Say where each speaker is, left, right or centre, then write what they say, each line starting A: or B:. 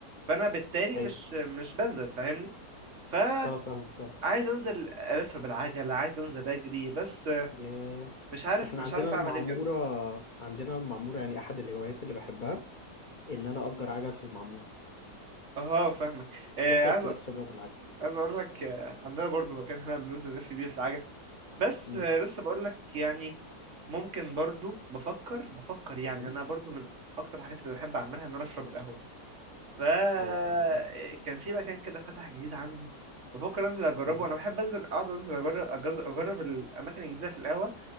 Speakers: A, on the right; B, on the left.
A: فأنا بالتالي
B: ايوه
A: مش مش بنزل فاهمني فعايز
B: اه فاهم فاهم
A: أنزل ألف بالعجلة عايز أنزل أجري بس
B: ياه
A: مش عارف
B: احنا
A: مش
B: عندنا
A: عارف
B: المعموره
A: أعمل إيه بجد
B: عندنا المعموره يعني احد الهوايات اللي بحبها ان انا اجر عجل في المعموره
A: أه فاهمك آه،
B: تفضل
A: عايز
B: تلف بقى بالعجلة
A: عايز أقول لك آه، عندنا برضو مكان هنا بننزل نلف بيه في العجل بس
B: امم
A: آه، لسه بقول لك يعني ممكن برضو بفكر بفكر يعني
B: امم
A: أنا برضو من أكتر الحاجات اللي بحب أعملها إن أنا أشرب القهوة فكان
B: اه
A: في مكان كده فتح جديد عندي بفكر انزل اجربه
B: ايوه
A: انا بحب انزل اقعد انزل اجرب أجز- اجرب الاماكن الجديده في القهوه